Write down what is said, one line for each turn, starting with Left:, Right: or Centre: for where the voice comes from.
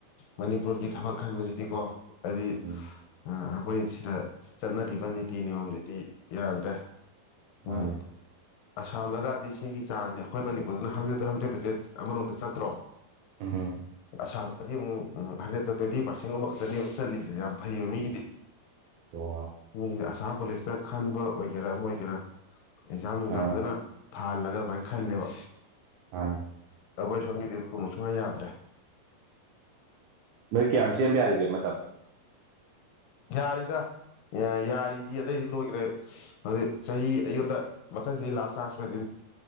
Left: ꯃꯅꯤꯄꯨꯔꯒꯤ ꯊꯕꯛ ꯈꯟꯕꯁꯤꯗꯤꯀꯣ ꯍꯥꯏꯗꯤ
Right: ꯎꯝ
Left: ꯑꯩꯈꯣꯏ ꯁꯤꯗ ꯆꯠꯅꯔꯤꯕ ꯅꯤꯇꯤ ꯅꯤꯌꯣꯝꯁꯤꯗꯤ ꯌꯥꯗ꯭ꯔꯦ
Right: ꯃꯥꯅꯦ
Left: ꯑ <inaudible> ꯑꯁꯥꯝꯗꯒꯗꯤ ꯁꯤꯒꯤ ꯆꯥꯡꯁꯦ ꯑꯩꯈꯣꯏ ꯃꯅꯤꯄꯨꯔꯗꯨꯅ ꯍꯟꯗꯦꯛꯇ ꯍꯟꯗ꯭ꯔꯦꯠ ꯄꯔꯁꯦꯠ ꯑꯃꯔꯣꯝ ꯆꯠꯇ꯭ꯔꯣ
Right: ꯎꯝ
Left: ꯑꯁꯥꯝꯗꯗꯤ ꯑꯃꯨꯛ ꯍꯟꯗ꯭ꯔꯦꯗꯠꯇ ꯇ꯭ꯋꯦꯟꯇꯤ ꯄꯥꯔꯁꯦꯟꯒꯨꯝ ꯈꯛꯇꯅꯦꯕ ꯆꯜꯂꯤꯠꯂꯤꯁꯦ ꯌꯥꯝ ꯐꯩꯌꯦꯕ ꯃꯤꯒꯤꯗꯤ
Right: ꯑꯣ
Left: ꯃꯤꯒꯤꯗꯤ ꯑꯁꯥꯝ ꯄꯨꯂꯤꯁꯇ ꯈꯟꯕ ꯑꯣꯏꯒꯦꯔꯥ ꯑꯃ ꯑꯣꯏꯒꯦꯔꯥ ꯑꯦꯛꯖꯥꯝ ꯅꯨꯡꯖꯥꯝ
Right: ꯑ
Left: ꯐꯖꯅ ꯊꯥꯍꯜꯂꯒ ꯑꯗꯨꯃꯥꯏꯅ ꯈꯜꯂꯦꯕ
Right: ꯑ
Left: ꯑꯩꯈꯣꯏ ꯁꯪꯒꯤ ꯑꯗꯨꯒꯨꯝ ꯁꯨꯉ ꯌꯥꯗ꯭ꯔꯦ
Right: ꯅꯣꯏ ꯀꯌꯥꯝ ꯆꯦꯟꯕ ꯌꯥꯔꯤꯒꯦ ꯃꯇꯝ
Left: ꯌꯥꯔꯤꯗ ꯌꯥꯔꯤꯗꯤ ꯑꯇꯩꯗꯤ ꯂꯣꯏꯈ꯭ꯔꯦ ꯍꯧꯖꯤꯛ ꯆꯍꯤ ꯑꯩꯉꯣꯟꯗ ꯃꯊꯁꯤ ꯂꯥꯁ ꯍꯥꯉꯁꯝꯇꯅꯤ